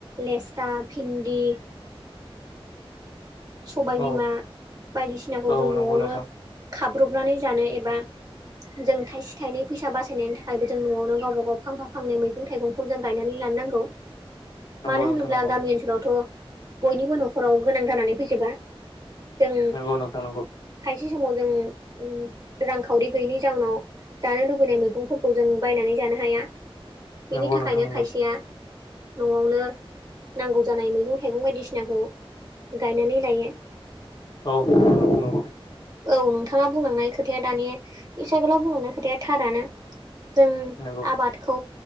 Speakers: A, on the right; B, on the left.
A: लेस्था भिन्दि सबायबिमा
B: औ
A: बायदिसिनाखौ
B: औ
A: जों न'आवनो
B: नंगौ नोंथां
A: खाब्रबनानै जानो एबा जों थाइसे थाइनै फैसा बासायनायनि थाखायबो जों न'आवनो गावबा गाव फांफा फांनै मैगं थाइगंखौ खौ जों गायनानै लानो नांगौ
B: नंगौ
A: मानो
B: नोंथां
A: होनोब्ला
B: नंगौ
A: गामि ओनसोलावथ' बयनिबो न'खराव गोनां जानानै फैजोबा जों
B: नंगौ नोंथां नंगौ
A: थायसे समाव जों रांखावरि गैयैनि जाउनाव जानो लुुबैनाय मैगंफोरखौ जों बायनानै जानो हाया बेनि
B: नंगौ
A: थाखायनो
B: नोंथां नंगौ
A: खायसेया न'आवनो नांगौ जानाय मैगं थाइगं बायदिसिनाखौ गायनानै लायो
B: औ नंगौ नंगौ
A: औ नोंथाङा बुंलांनाय खोथाया दानि इसे गोलाव बुंलांनाय खोथाया थारानो जों
B: नंगौ
A: आबादखौ